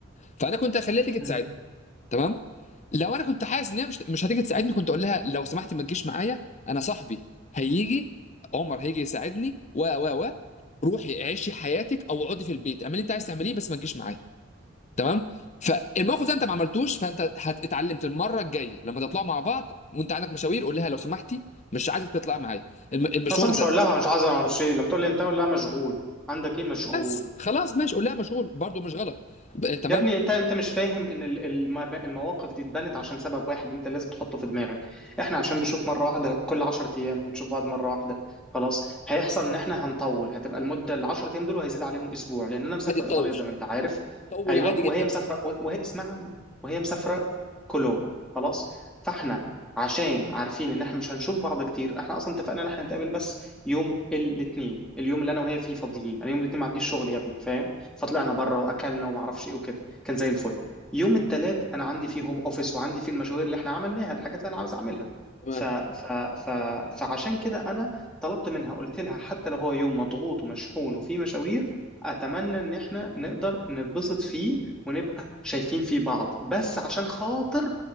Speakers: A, on the left; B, in the centre.
A: فانا كنت هخليها تيجي تساعدني
B: مم.
A: تمام لو انا كنت حاسس ان هي مش مش هتيجي تساعدني كنت اقول لها لو سمحتي ما تجيش معايا انا صاحبي هيجي عمر هيجي يساعدني و و و روحي عيشي حياتك او اقعدي في البيت اعملي اللي انت عايز تعمليه بس ما تجيش معايا تمام فالموقف ده انت ما عملتوش فانت هت- اتعلمت المره الجايه لما تطلعوا مع بعض وانت عندك مشاوير قول لها لو سمحتي مش عايزك تطلعي معايا الم- المشوار
B: اصلا مش
A: ده
B: هقول لها مش عايز اعرف شيء لما تقول لي انت هقول لها مشغول عندك ايه مشغول
A: بس خلاص ماشي قول لها مشغول برضو مش غلط ب- تمام
B: يا ابني انت انت مش فاهم ان ال- الم- المواقف دي اتبنت عشان سبب واحد انت لازم تحطه في دماغك احنا عشان بنشوف مره واحده كل 10 ايام بنشوف بعض مره واحده خلاص هيحصل ان احنا هنطول هتبقى المده ال 10 ايام دول وهيزيد عليهم اسبوع لان انا مسافر
A: عادي تطول
B: ايطاليا زي ما انت عارف
A: طول
B: ايوه
A: عادي جدا
B: وهي مسافره و- وهي اسمعني وهي مسافره كولوم خلاص فاحنا عشان عارفين ان احنا مش هنشوف بعض كتير احنا اصلا اتفقنا ان احنا نتقابل بس يوم الاثنين اليوم اللي انا وهي فيه فاضيين انا يوم الاثنين ما عنديش شغل يا ابني فاهم فطلعنا بره واكلنا وما اعرفش ايه وكده كان زي الفل يوم الثلاث انا عندي فيه هوم اوفيس وعندي فيه المشاوير اللي احنا عملناها الحاجات اللي انا عاوز اعملها
A: تمام
B: ف... ف... ف... فعشان كده انا طلبت منها قلت لها حتى لو هو يوم مضغوط ومشحون وفيه مشاوير اتمنى ان احنا نقدر نتبسط فيه ونبقى شايفين فيه بعض بس عشان خاطر